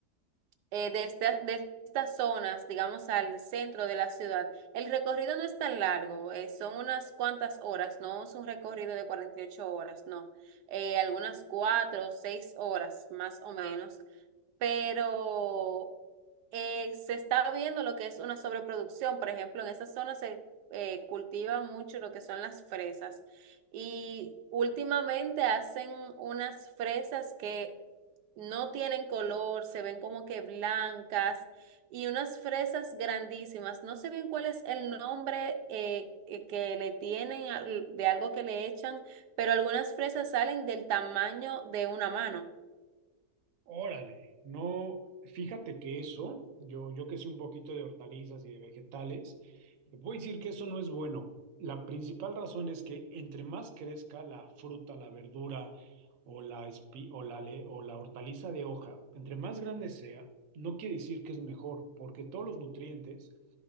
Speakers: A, on the right; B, on the right.
A: eh, de, esta- de estas zonas, digamos, al centro de la ciudad, el recorrido no es tan largo, eh, son unas cuantas horas, no es un recorrido de 48 horas, no, Eh, algunas cuatro o seis horas más o menos. Pero eh, se está viendo lo que es una sobreproducción. Por ejemplo, en esa zona se eh, cultiva mucho lo que son las fresas. Y últimamente hacen unas fresas que no tienen color, se ven como que blancas y unas fresas grandísimas. No sé bien cuál es el nombre eh, eh, que le tienen al- de algo que le echan, pero algunas fresas salen del tamaño de una mano.
B: Órale, no, fíjate que eso, yo, yo que sé un poquito de hortalizas y de vegetales, te puedo decir que eso no es bueno. La principal razón es que entre más crezca la fruta, la verdura o la, espi- o la, le- o la hortaliza de hoja, entre más grande sea, no quiere decir que es mejor, porque todos los nutrientes